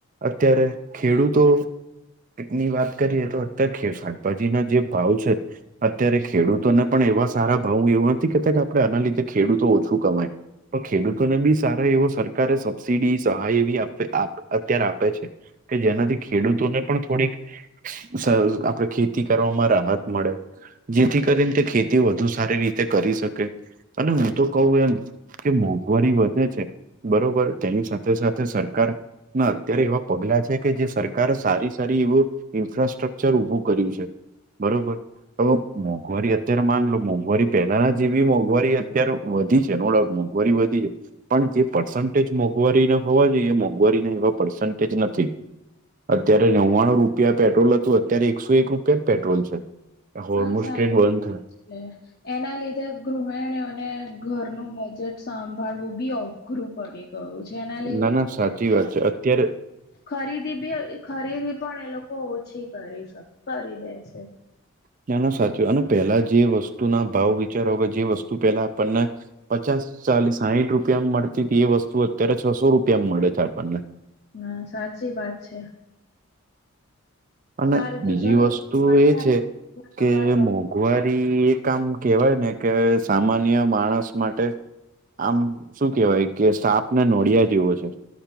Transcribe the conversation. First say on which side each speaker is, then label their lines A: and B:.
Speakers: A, on the right (about 35°); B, on the left (about 45°).
A: અત્યારે ખેડૂતો ની વાત કરીએ તો અત્યારે શાકભાજી ના જે ભાવ છે. અત્યારે ખેડૂતોને પણ એવા સારા ભાવ એવું નથી કેતા કે આપણે આના લીધે ખેડૂતો ઓછું કમાય તો ખેડૂતોને બી સારા એવો સરકારે સબસીડી સહાય એવી અત્યારે આપે છે કે જેનાથી ખેડૂતોને પણ થોડીક આપડે ખેતી કરવામાં રાહત મળે જેથી કરીને તે ખેતી વધુ સારી રીતે કરી શકે અને હું તો કવું એમ કે મોંઘવારી વધે છે બરોબર તેની સાથે સાથે સરકાર ના અત્યારે એવા પગલા છે કે જે સરકાર સારી સારી એવું ઇન્ફ્રાસ્ટ્રક્ચર ઉભું કર્યું છે બરોબર તો મોંઘવારી અત્યારે માન લો મોંઘવારી પેલા જેવી મોંઘવારી અત્યારે વધી છે નડા મોંઘવારી વધી છે પણ જે પર્સેજ મોઘ મોંઘવારી ના હોવા જોઈએ મોંઘવારીના એવા પર્સન્ટેજ નથી અત્યારે નવ્વાણું રૂપિયા પેટ્રોલ હતું અત્યારે એકસો એક રૂપિયા જ પેટ્રોલ છે. હોર્મોસ્ટ્રેટ
B: અછા
A: બંધ
B: છે. એના લીધે ગૃહિણીઓને ઘરનું બજેટ સાંભાળવું બી અઘરું પડ્યું એ છેનાલ
A: ના ના સાચી વાત છે અત્યારે
B: ખરીદી બી ખરીદી પણ એ લોકો ઓછી કરી શ કરી દે છે.
A: ત્યા ના સાચ અને પેલા જે વસ્તુ ના ભાવ વિચારો વગર જે વસ્તુ ત પેલા આપણને પચાસ ચાલીસ સાઠ રૂપિયામાં મળતી હતી એ વસ્તુ અત્યારે છસો રૂપિયામાં મળે છે આપણને
B: ના સાચી વાત છે.
A: અને
B: સારું
A: બીજી
B: તો ચલો
A: વસ્તુ
B: મળીએ
A: એ છે કે
B: નવા ટોપિક
A: ગુવારી
B: પર
A: એ આમ કેહેવાય ને કે સામાન્ય માણસ માટે આમ શું કેવાય કે સાફને નોડિયા જેવો છે.